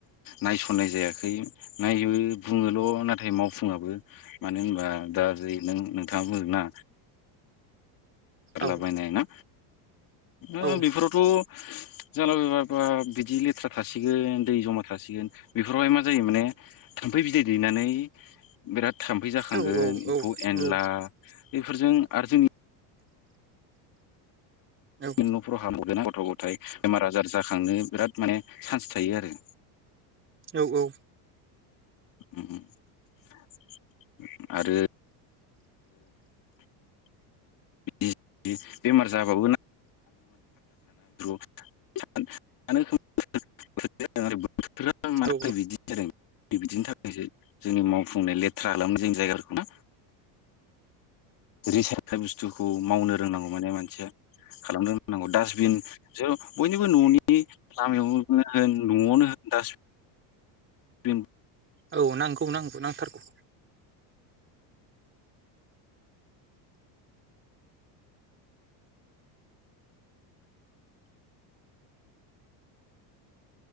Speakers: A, on the left; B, on the right.
A: नायसननाय जायाखै नायो बुंङोल नाथाय मावफुंङाबो मानो होनबा दा जै नों नोंथांङा बुंङोना गारलाबायनाय
B: औ
A: ना ओ
B: औ
A: बेफोरावथ जालाबायबा बिदि लेथ्रा थासिगोन दै जमा थासिगोन बेफोरावहाय मा जायो माने थाम्फै बिदै दैनानै बिराद थाम्फै जाखांगोन
B: औ औ औ
A: एम्फौ एनला
B: औ
A: बेफोरजों आरो जोंनि
B: औ
A: <unintelligible> नाथाय बेमार आजार जाखांनो बिराद माने सान्स थायो आरो।
B: औ औ।
A: उम उम आरो बिदि बेमार जाबाबो माने <unintelligible>
B: औ
A: <unintelligible> बिदिनि थाखायसो जोंनि मावफुंनाय लेथ्रा खालामो जोंनि जायगाफोरखौ ना? <unintelligible> बुस्थुखौ मावनो रोंनांगौ माने मानसिया खालामनो रोंनांगौ डासबिन जो बयनिबो न'नि लामायाव नो होन नआवनो होन डासबिन
B: औ नांगौ नांगौ नांथारगौ।